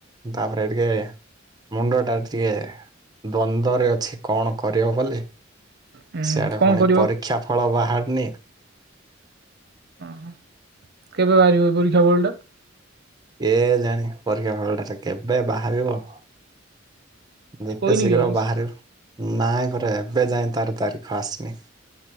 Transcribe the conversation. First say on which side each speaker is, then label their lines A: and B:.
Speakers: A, on the right; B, on the right.
A: ତାପରେ ଟିକେ ମୁଣ୍ଡଟା ଟା ଟିକେ ଦ୍ଵନ୍ଦରେ ଅଛି କଣ କରିବ ବୋଲି
B: ହୁଁ
A: ସଆଡେ
B: କଣ
A: ପୁଣି
B: କରିବ
A: ପରୀକ୍ଷା ଫଳ ବା ହାରିନି।
B: ଓହ କେବେ ବାହାରିବ ପରୀକ୍ଷା ଫଳ ଟା?
A: ଏ ଜାଣି ପରୀକ୍ଷା ଫଳ ଟା ଯେ କେବେ ବାହାରିବ? ଯେତେ
B: କହିନି
A: ଶୀଘ୍ର
B: କି ଆହୁରି।
A: ବାହାରିବ ନାଇଁ ପ ଏବେ ଯାଇଏ ତାର ତାରିଖ ଆସନି।